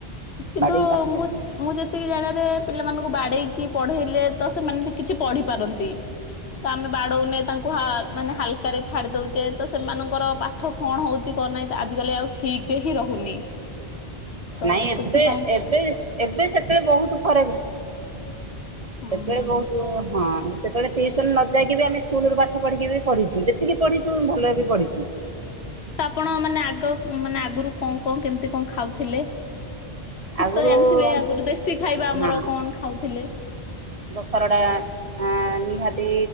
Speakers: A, on the left; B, on the right.
A: କିନ୍ତୁ
B: ବାଡେଇକି ପାଠ
A: ମୁଁ
B: ପଢାନ୍ତି
A: ମୁଁ ଯେତିକି ଜାଣିବାରେ ପିଲାମାନଙ୍କୁ ବାଡ଼େଇକି ପଢେଇଲେ ତ ସେମାନେ କିଛି ପଢ଼ି ପାରନ୍ତି ତ ଆମେ ବାଡଉନେ ତାଙ୍କୁ ମାନେ ହାଲକାରେ ଛାଡି ଦଉଛେ ତ ସେମାନଙ୍କର ପାଠ କଣ ହଉଛି କଣ ନାହିଁ ତ ଆଜିକାଲି ଆଉ ଠିକରେ ହିଁ ରହୁନି। ତ
B: ନାଇଁ ଏବେ
A: ସେଥିପାଇଁ
B: ଏବେ ଏବେ ସେତେବେଳେ ବହୁତ ଫରକ
A: ହୁଁ
B: ସେତେବେଳେ
A: ହୁଁ
B: ବହୁତ ହଁ ସେତେବେଳେ ଟିୁସନ ନ ଯାଇକି ବି ଆମେ ସ୍କୁଲରୁ ପାଠ ପଢ଼ିକି ବି ପଢିଛୁ ଯେତିକି ପଢ଼ିଛୁ ଭଲ ବି ପଢ଼ିଛୁ।
A: ତ ଆପଣ ମାନେ ଆଗ ମାନେ ଆଗରୁ କଣ କଣ କେମିତି କଣ ଖାଉଥିଲେ? କିଛି
B: ଆଗରୁ
A: ତ ଜାଣିଥିବେ ଆଗରୁ ଦେଶୀ ଖାଇବା
B: ହଁ
A: ଆମର କଣ ଖାଉଥିଲେ?
B: ହରଡ଼ା ନିହାତି